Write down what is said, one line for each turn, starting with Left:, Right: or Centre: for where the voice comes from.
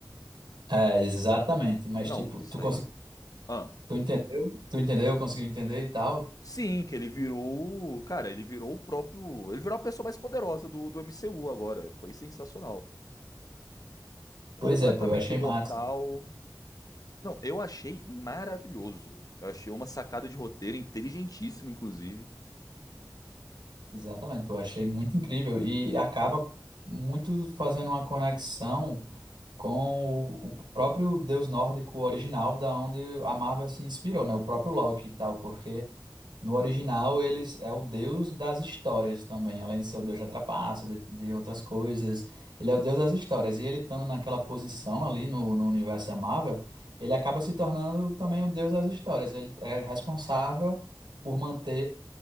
Right: É, exatamente, mas
Left: Não,
Right: tipo,
Left: isso
Right: tu conseguiu,
Left: aí. Ah.
Right: tu entendeu? Tu entendeu? Conseguiu entender e tal?
Left: Sim, que ele virou. o- Cara, ele virou o próprio. Ele virou a pessoa mais poderosa do, do MCU agora. Foi sensacional. Completamente
Right: Pois é, pô, eu achei
Left: imortal.
Right: massa.
Left: Não, eu achei maravilhoso. Eu achei uma sacada de roteiro inteligentíssima, inclusive.
Right: Exatamente, pô, eu achei muito incrível e acaba muito fazendo uma conexão. com o, o próprio deus nórdico original, da onde a Marvel se inspirou, né? O próprio Loki e tal, porque no original eles é o deus das histórias também, além de ser o deus da trapaça, de, de outras coisas, ele é o deus das histórias. E ele estando naquela posição ali no, no universo da Marvel, ele acaba se tornando também o deus das histórias. Ele é responsável por manter